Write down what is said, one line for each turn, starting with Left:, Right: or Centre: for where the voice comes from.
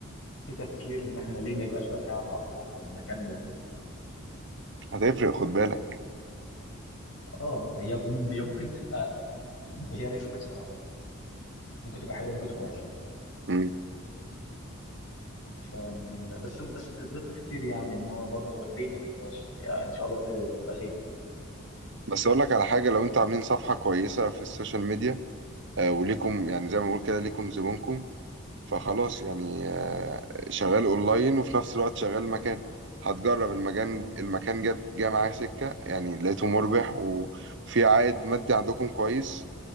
Left: في تفكير ان احنا ليه ما يبقاش بقى فعلا على ارض الواقع والمكان موجود
Right: <laughs> هتفرق خد بالك
Left: اه هي هي ممكن تبقى هي ريسك بصراحه ممكن تبقى حلوه ممكن تبقى وحشه
Right: امم
Left: ف بس بس ده تفكير يعني ان هو برضه ليه ما ناخدهاش يعني ان شاء الله ت- تبقى خير
Right: بس اقول لك على حاجة لو انتوا عاملين صفحة كويسة في السوشيال ميديا آه وليكم يعني زي ما بقول كده ليكم زبونكم فخلاص يعني آه، شغال اونلاين وفي نفس الوقت شغال مكان هتجرب المكان
Left: لا ممكن
Right: المكان جاب جه معايا سكة يعني لقيته مربح وفي عائد مادي عندكم كويس